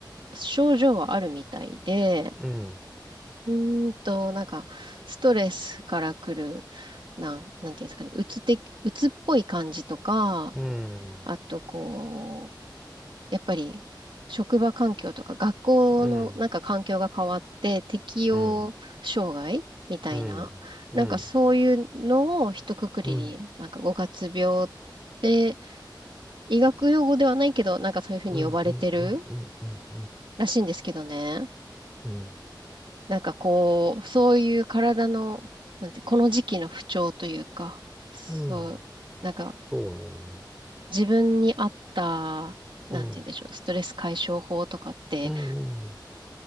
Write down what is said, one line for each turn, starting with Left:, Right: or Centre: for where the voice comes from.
Right: 症状はあるみたいで、
Centre: うん、
Right: うーんと、なんか、ストレスから来る、なん、なんていうんですかね、うつて、うつっぽい感じとか、
Centre: うん、
Right: あと、こう、やっぱり、職場環境とか、学校の、
Centre: うん、
Right: なんか環境が変わって、適応障害みたいな、
Centre: うん、うん、うん、うん、うん、
Right: なんかそういうのを一括りに、
Centre: うん、うん、
Right: なんか五月病って、医学用語ではないけど、なんかそういうふうに呼ばれてる
Centre: うん、うん、
Right: らしいんですけどね。
Centre: うん、
Right: なんかこう、そういう体の、なんて、この時期の不調というか、そう、
Centre: うん
Right: なんか
Centre: そうね。
Right: 自分に合った、なんて言うんでしょう、
Centre: うん、
Right: ストレス解消法とかって
Centre: うん、うん、